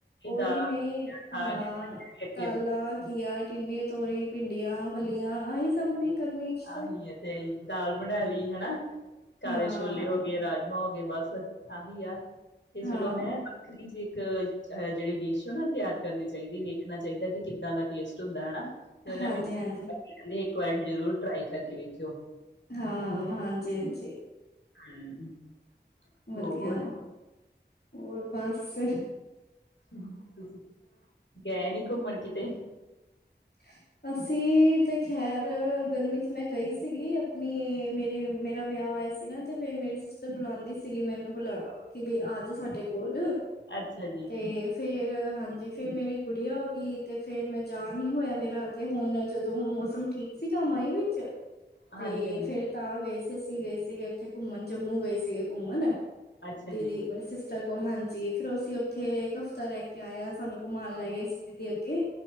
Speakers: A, on the left; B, on the left.
A: ਉਹੀ
B: ਦਾਲਾਂ
A: ਨੇ
B: ਸਬਜ਼ੀਆਂ ਖਾ
A: ਹਾਂ
B: ਕੇ ਬੱਚੇ ਵੇਖ ਕੇ
A: ਦਾਲਾਂ ਘੀਆ, ਟਿਂਡਾ, ਤੋਰੀ, ਭਿੰਡੀਆਂ, ਫਲਿਆਂ, ਆਹੀ ਸਭ ਨੇ ਗਰਮੀਆਂ ਚ
B: ਆਹੀ ਹੈ ਤੇ ਦਾਲ ਬਣਾ ਲਈ ਹੈਨਾ ਕਾਲੇ
A: ਹਾਂ,
B: ਛੋਲੇ ਹੋ ਗਏ ਰਾਜਮਾਂ, ਹੋ ਗਏ ਬਸ ਆਹੀ ਆ ਤੇ
A: ਹਾਂ,
B: ਚਲੋ ਮੈਂ? ਇੱਕ ਜਿਹ ਡਿਸ਼ ਹੈ, ਨਾ ਤਿਆਰ ਕਰਨੀ ਚਾਹੀਦੀ ਵੇਖਣਾ ਚਾਹੀਦਾ ਕਿ ਕਿੱਦਾਂ ਦਾ ਟੇਸਟ ਹੁੰਦਾ ਹੈਾ ਦੋਨਾਂ
A: ਹਾਂਜੀ,
B: ਵਿਚ
A: ਹਾਂਜੀ।
B: ਜੈ ਇਕ ਵਰੀ ਜਰੂਰ ਟਰਾਈ ਕਰਕੇ ਵੇਖਿਓ
A: ਹਾਂ ਹਾਂਜੀ ਹਾਂਜੀ
B: ਹਮ
A: ਵਧੀਆ
B: ਹੋਰ
A: ਹੋਰ, ਬਸ ਫੇਰ।
B: ਤੁਸੀਂ ਗਏ ਨੀ ਘੁੰਮਣ ਕਿਤੇ?
A: ਹ <inaudible> ਅਸੀਂ ਤੇ ਖੈਰ ਗਰਮੀ 'ਚ ਮੈਂ ਗਈ ਸੀਗੀ ਆਪਣੀ ਮੇਰੀ ਮੇਰਾ ਵਿਆਹ ਹੈਯਾ ਸੀ ਨਾ ਤੇ ਫਰ, ਮੇਰੀ ਸਿਸਟਰ ਬੁਲਾਉਂਦੀ ਸੀਗੀ ਮੈਨੂੰ ਬੁਲਾ ਕੇ ਬਈ ਆ ਜਾ ਸਾਡੇ ਕੋਲ?
B: ਅੱਛਾ ਜੀ
A: ਤੇ ਫੇਰ ਹਾਂਜੀ ਫੇਰ, ਮੇਰੀ ਗੁੜੀਆ ਹੋ ਗਈ ਤੇ ਫੇਰ ਮੈਂ ਜਾਣ ਨਹੀ ਹੋਏਆ ਮੇਰਾ ਹਜੇ ਹੋਣੈ, ਜਦੋਂ ਹੂਨ ਮੌਸਮ ਠੀਕ ਸੀਗਾ ਮਈ ਵਿਚ,
B: ਹਾਂਜੀ
A: ਤੇ
B: ਹਾਂਜੀ
A: ਫੇਰ ਤਾਂ ਗਏ ਸੀ ਅਸੀ ਗਏ ਸੀਗੇ ਉਥੇ ਘੁੰਮਣ ਜੰਮੂ ਗਏ ਸੀਗੇ ਘੁੰਮਣ,
B: ਅੱਛਾ
A: ਦੀਦੀ
B: ਜੀ
A: ਮੇਰੀ ਸਿਸ ਟਰ ਕੋਲ ਹਾਂਜੀ, ਫਿਰ ਅਸੀ ਉਥੇ ਏਕ ਹਫ਼ਤਾ ਰੈ ਕੇ ਆਏ ਆਂ, ਸਾਨੂੰ ਘੂਮਾਨ ਲੈਗੇ ਸੀ ਦੀਦੀ ਅੱਗੇ